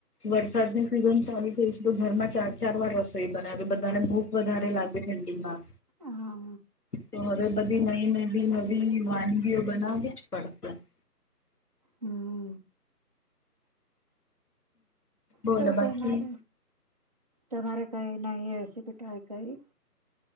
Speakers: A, on the left (about 65°); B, on the right (about 25°).
A: વરસાદ ની સિઝન ચાલુ થઈ છે તો ઘરમાં ચાર ચાર વાર રસોઈ બનાવે બધાને ભૂ વધારે લાગે ઠંડી માં
B: હા
A: તો હવે બધી નવી નવી નવી વાનગીઓ બનાવી છે <inaudible>
B: હમ
A: બોલો
B: તો તો
A: બાકી
B: માર તમારે કઈ નવી રેસીપી ટ્રાય કરી